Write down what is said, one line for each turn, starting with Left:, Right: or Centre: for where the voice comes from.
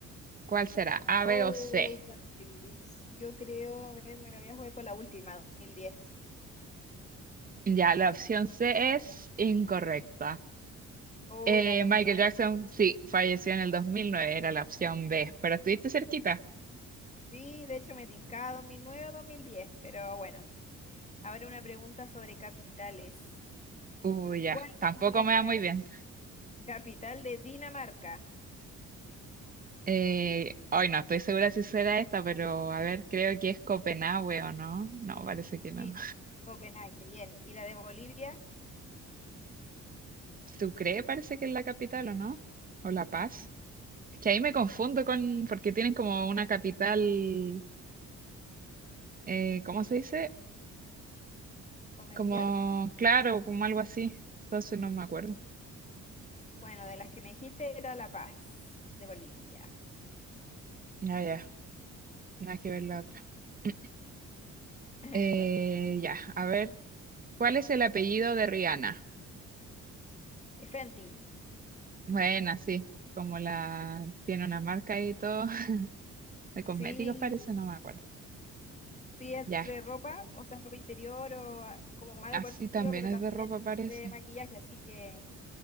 Right: ¿Cuál será? ¿A,
Left: oh
Right: B o C?
Left: entonces, yo creo, a ver, me lo voy a jugar con la última, dos mil diez
Right: Ya, la opción C es incorrecta.
Left: ¿O
Right: Eh,
Left: era el dos
Right: Michael
Left: mil nueve
Right: Jackson, sí, falleció en el 2009, era la opción B, pero estuviste cerquita.
Left: Sí, de hecho me tincaba 2009 o dos mil diez pero bueno. Ahora una pregunta sobre capitales.
Right: Uy, ya,
Left: ¿Cuál
Right: tampoco
Left: es la
Right: me va
Left: capi-
Right: muy bien.
Left: capital de Dinamarca?
Right: Eh, hoy no estoy segura si será esta, pero a ver, creo que es Copenhague o no. No, parece que no.
Left: Sí, Copenhague, bien. ¿Y la de Bolivia,
Right: Sucre parece que es la capital o no, o La Paz. Es que ahí me confundo con, porque tienen como una capital, eh, ¿cómo se dice?
Left: comercial?
Right: Como, claro, como algo así. Entonces no me acuerdo.
Left: Bueno, de las que me dijiste era La Paz, de Bolivia.
Right: Ah, ya, nada que ver la otra. <clears throat>
Left: <laughs>
Right: Eh,
Left: Igual.
Right: ya, a ver, ¿cuál es el apellido de Rihanna?
Left: Fenty.
Right: Bueno, sí, como la tiene una marca y todo, <laughs> de cosméticos
Left: Sí,
Right: parece, no me acuerdo.
Left: sí es
Right: Ya,
Left: de ropa, o sea, ropa interior o ah, como más
Right: así
Left: deportivo,
Right: también
Left: pero
Right: es
Left: también
Right: de ropa parece.
Left: de maquillaje, así que,